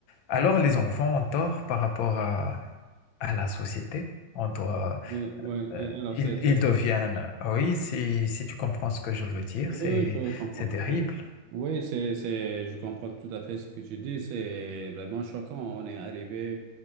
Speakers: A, on the left; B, on the right.
A: Alors les enfants ont tort par rapport à, à la société. On doit,
B: oui, oui. oui.
A: euh,
B: Alors,
A: ils,
B: c'est, c'est-
A: ils deviennent, ah oui, si, si tu comprends ce que je veux dire,
B: Oui,
A: c'est,
B: je comprends
A: c'est
B: tout
A: terrible,
B: à fait. Oui, c'est, c'est, je comprends tout à fait ce que tu dis. C'est vraiment choquant. On est arrivé